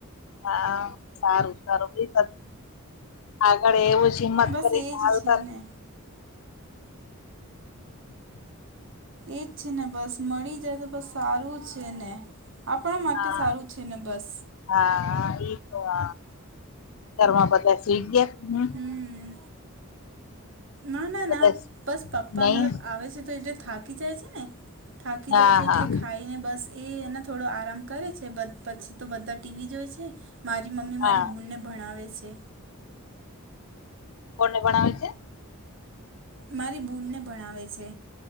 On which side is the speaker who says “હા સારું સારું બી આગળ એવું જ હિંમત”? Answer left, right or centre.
Left